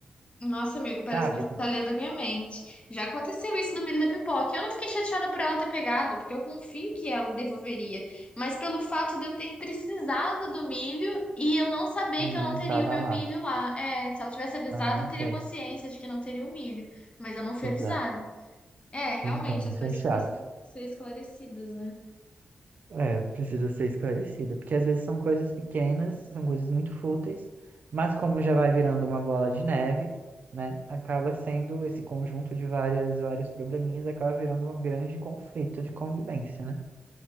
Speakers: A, on the left; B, on the right.
A: Nossa, amigo, parece
B: sabe?
A: que você tá lendo a minha mente. Já aconteceu isso no milho da pipoca. Eu não fiquei chateada por ela ter pegado, porque eu confio que ela devolveria. Mas pelo fato de eu ter precisado do milho e eu não saber
B: E
A: que
B: não
A: eu não
B: estava
A: teria o meu
B: lá.
A: milho lá. É, se ela tivesse avisado,
B: Ah,
A: eu teria
B: ok.
A: consciência de que não teria o milho. Mas eu não fui avisada.
B: Exato.
A: É, realmente,
B: Então,
A: as
B: isso
A: coisas
B: é chato.
A: precisam ser esclarecidas, né?
B: É, precisa ser esclarecida, porque às vezes são coisas pequenas, são coisas muito fúteis, mas como já vai virando uma bola de neve, né, acaba sendo esse conjunto de várias, vários probleminhas, acaba virando um grande conflito de convivência, né?